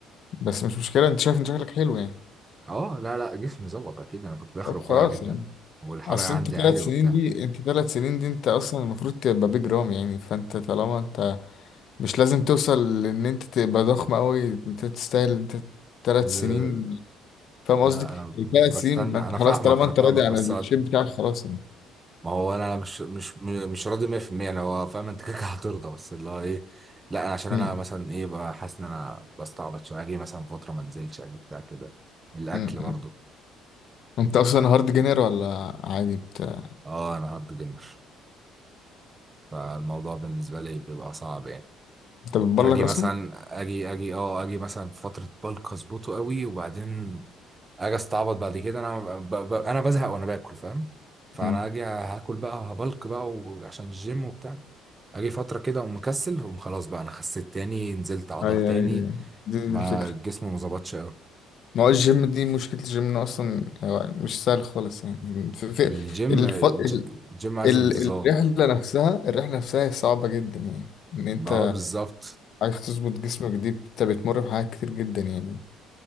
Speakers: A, on the left (about 50°); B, on the right (about 20°).
A: بس مش مشكلة انت شايف ان شكلك حلو يعني
B: اه لا لا جسمي ظبط اكيد انا كنت داخل
A: طب
B: رفيع
A: خلاص
B: جدا
A: يعني
B: والحرق
A: اصل
B: عندي
A: انت ثلاث
B: عالي وبتاع
A: سنين دي انت ثلاث سنين دي انت اصلا المفروض تبقى بيج رام يعني فانت طالما انت مش لازم توصل لان انت تبقى ضخم قوي انت تستاهل انت ثلاث
B: لا
A: سنين فاهم
B: لا،
A: قصدي
B: انا
A: ثلاث
B: بستنى
A: سنين ما انت
B: انا فاهمك
A: خلاص طالما
B: انا
A: انت
B: فاهمك
A: راضي عن
B: بس
A: الشيب بتاعك خلاص يعني
B: ما هو انا مش مش مش راضي 100% انا هو فاهم انت كده كده هترضى بس اللي هو ايه لا انا عشان
A: م-
B: انا مثلا ايه بقى حاسس ان انا بستعبط شويه اجي مثلا فتره ما انزلش اجي بتاع كده الاكل
A: م- م.
B: برضو
A: انت اصلا هارد جينير ولا عادي بتاع
B: اه انا هارد جيمر فالموضوع بالنسبه لي بيبقى صعب يعني
A: انت بتبلغ
B: فاجي مثلا
A: اصلا
B: اجي اجي اه اجي مثلا في فتره بلك اظبطه قوي وبعدين اجي استعبط بعد كده انا ب... ب... انا بزهق وانا باكل فاهم فانا
A: امم
B: اجي هاكل بقى هبلك بقى وعشان الجيم وبتاع اجي فتره كده اقوم مكسل اقوم خلاص بقى انا خسيت تاني نزلت عضل
A: ايوه
B: تاني
A: ايوه أيوة. دي دي
B: ما
A: الفكرة
B: الجسم ما ظبطش قوي
A: ما هو الجيم دي مشكلة الجيم إنه أصلا هو مش سهل خالص يعني في في
B: الجيم
A: الح...
B: الج...
A: ال...
B: الجيم عايز
A: ال...
B: انتظام
A: الرحلة نفسها الرحلة نفسها هي صعبة جدا يعني إن أنت
B: اه بالظبط
A: عايز تظبط جسمك دي أنت بتمر بحاجات كتير جدا يعني